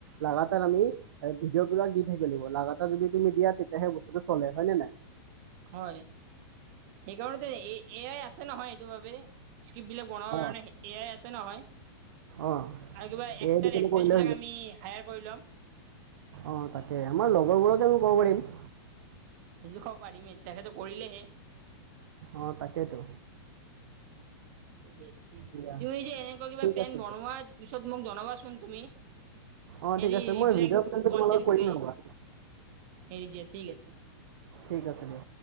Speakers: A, on the right; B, on the right.
A: লাগাতাৰ আমি ভিডিঅ' বিলাক দি থাকিলেও লাগাতাৰ যদি তুমি দিয়া তেতিয়াহে বস্তুটো চলে হয় নে নাই
B: হয় সেইকাৰণতে এ এ আই আছে নহয় এইটো বাবে ইস্কিৰিপবিলাক বনাবৰ
A: অঁ
B: কাৰণে এ আই আছে নহয়
A: অঁ
B: আৰু কিবা এক্টাৰ
A: এই দুটাকে
B: এক্ট্ৰেছ
A: কৰিলে
B: বিলাক আমি হায়াৰ কৰি লম
A: অ তাকে আমাৰ লগৰবোৰকে আমি ক'ব পাৰিম।
B: যোখ পাৰিমেই তেখেতে কৰিলেহে।
A: অ তাকেতো
B: দে ঠিক
A: দিয়া
B: তুমি যে এনেকুৱা কিবা
A: ঠিক
B: প্লেন
A: আছে
B: বনোৱাৰ পিছত মোক জনাবাচোন তুমি
A: অঁ
B: হেৰি
A: ঠিক আছে
B: এইবিলাক
A: মই ভিডিঅ' কলটো
B: কনটেন
A: তোমাৰ লগত কৰিম
B: হেৰি
A: ৰ'বা
B: দিয়া ঠিক আছে।
A: ঠিক আছে দিয়া।